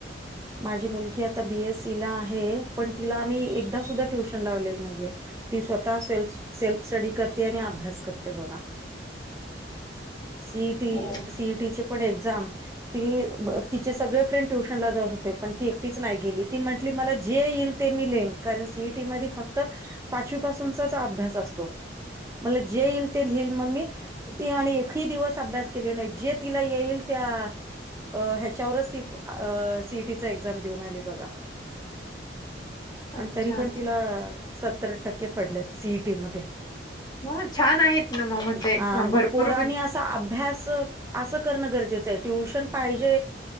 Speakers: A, on the right; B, on the left.
A: माझी मुलगी आता बी. एस. सी. ला आहे. पण तिला आम्ही एकदा सुद्धा ट्युशन लावलेली नाहीये. ती स्वतः सेल्फ सेल्फ स्टडी करते आणि अभ्यास करते बघा. सी ई टी
B: हो
A: सी ई टी ची पण एक्झाम ती तिचे सगळे फ्रेंड ट्युशनला जात होते. पण ती एकटीच नाही गेली ती म्हटली मला जे येईल ते मी लिहीन कारण सी ई टी मध्ये फक्त पाचवीपासूनचाच अभ्यास असतो मला जे येईल ते लिहिल मग मी ती आणि एकही दिवस अभ्यास केली नाही जे तिला येईल त्या अ ह्याच्यावरच ती सी ई टी एक्झाम देऊन आली बघा आणि
B: अच्छा
A: तरी पण तिला सत्तर टक्के पडलेत सी ई टी मध्ये.
B: ह छान आहेत ना मग म्हणजे
A: हा मग
B: भरपूर
A: पोरांनी असा अभ्यास अस करण गरजेच आहे. ट्युशन पाहिजे